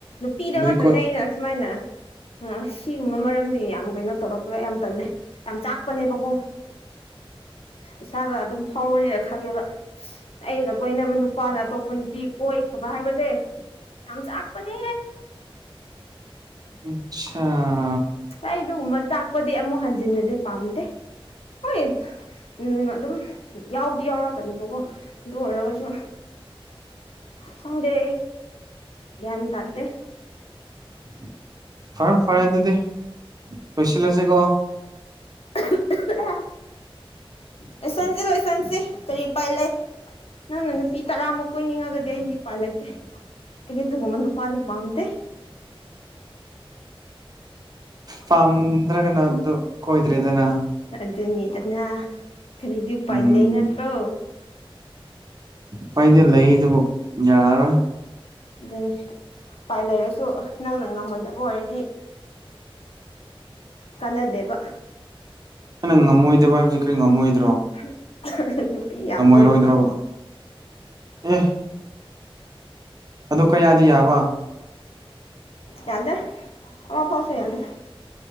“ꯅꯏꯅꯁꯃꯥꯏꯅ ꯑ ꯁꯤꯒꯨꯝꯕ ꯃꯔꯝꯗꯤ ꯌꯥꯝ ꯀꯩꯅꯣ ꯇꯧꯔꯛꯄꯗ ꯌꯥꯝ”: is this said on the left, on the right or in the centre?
Left